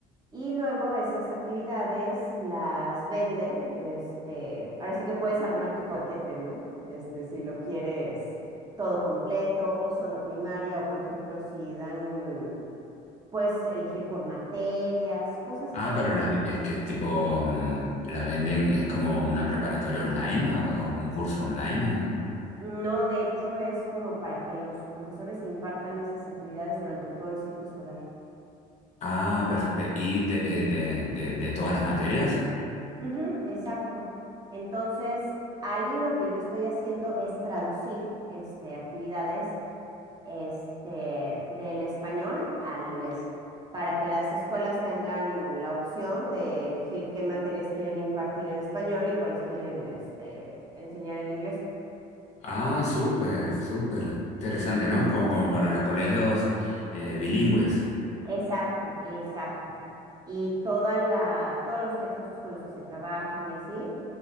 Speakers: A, on the right (about 25°); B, on the left (about 45°).
A: Y luego esas actividades las vende, este, ahora sí que puedes armar tu paquete, ¿no? Este, si lo quieres todo completo o solo primaria, o por ejemplo, si dan, puedes elegir por materias, cosas
B: Ah,
A: así.
B: pero las, ve- es que es tipo, mm, las venden, es como una preparatoria online o, o un curso online. o-
A: No, de hecho, es como para que los profesores impartan esas actividades durante todo el ciclo escolar.
B: Ah, perfecto. ¿Y de, eh, de, de, de todas las materias?
A: Ujú, exacto. Entonces, ahí lo que yo estoy haciendo es traducir este, actividades este, del español al inglés, para que las escuelas tengan la opción de elegir qué materias quieren impartir en español y cuáles quieren, este, enseñar en inglés.
B: Ah, súper, súper. Interesante, ¿no? Como, como para los colegios eh, bilingües.
A: Exacto, exacto. Y toda la, todos los textos con los que se trabajan y así